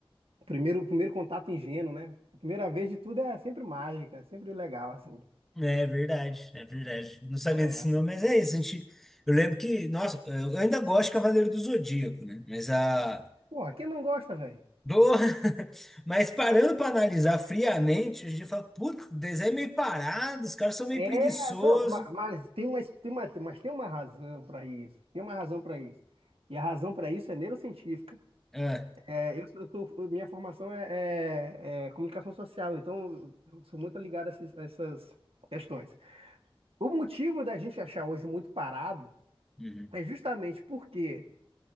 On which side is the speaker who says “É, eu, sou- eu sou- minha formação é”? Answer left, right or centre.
Right